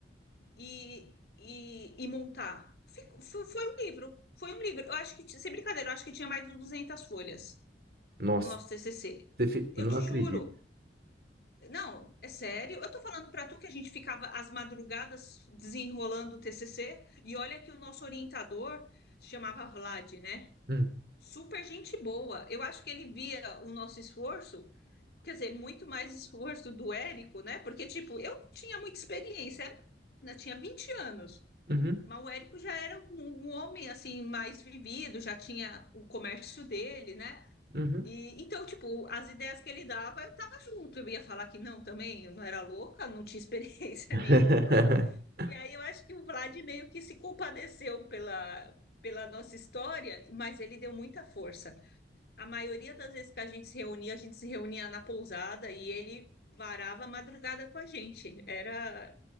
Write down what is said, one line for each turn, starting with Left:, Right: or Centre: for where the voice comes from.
Left: e, e, e montar. Ficou- fo- foi um livro, foi um livro. Eu acho que, ti- sem brincadeira, eu acho que tinha mais de 200 folhas
Right: <laughs> Nossa,
Left: o nosso TCC.
Right: Defi-
Left: Eu
Right: Não
Left: te
Right: acredito.
Left: juro. Não, é sério. Eu tô falando para tu que a gente ficava às madrugadas desenrolando o TCC e olha que o nosso orientador se chamava Vlad, né?
Right: Hum,
Left: Super gente boa. Eu acho que ele via o nosso esforço quer dizer, muito mais esforço do Érico, né? Porque, tipo, eu tinha muita experiência, né? tinha 20 anos,
Right: uhum,
Left: mas o Érico já era um, um homem, assim, mais vivido, já tinha o comércio dele, né?
Right: uhum.
Left: E, então, tipo, as ideias que ele dava, eu tava junto. Eu ia falar que não também, eu não era louca, não tinha experiência
Right: <laughs>
Left: <laughs> nenhuma. E aí eu acho que o Vlad meio que se compadeceu pela, pela nossa história, mas ele deu muita força a maioria das vezes que a gente se reunia, a gente se reunia na pousada e ele varava a madrugada com a gente. Era